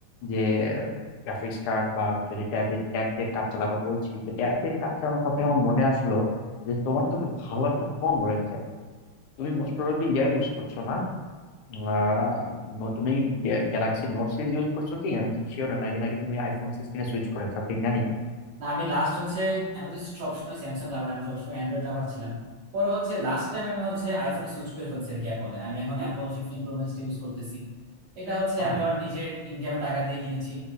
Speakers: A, on the left; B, on the right.
A: যে গ্রাফিক্স কার্ড বা হচ্ছে যে ট্যাব দিয়ে ট্যাব দিয়ে কাজ চালাবা বলছি যে ট্যাব দিয়ে কাজ চালানোর কথা আমার মনে আসলো যে তোমার তো একটা ভালো একটা ফোন রয়েছে তুমি মোস্ট প্রবাবলি ইয়া ইউজ করছো না আহ, ন- তুমি গ্যালাক্সি নোট সিরিজ ইউজ করছো কি আমি ঠিক শিওর না নাকি নাকি তুমি আইফোন সিক্সটিনে সুইচ করেছো আমি ঠিক জানি না
B: না আমি লাস্ট হচ্ছে আমি তো সবসময় স্যামসাং লাভার আমি সবসময় অ্যান্ড্রয়েড লাভার ছিলাম পরে হচ্ছে লাস্ট টাইম আমি হচ্ছে আইফোনে সুইচ করে ফেলছি আর কি অ্যাপলে আমি এখন অ্যাপল ফিফটিন প্রো ম্যাক্সটা ইউজ করতেছি এটা হচ্ছে
A: ও,
B: আমি আমার নিজের ইনকামে টাকা দিয়ে কিনেছি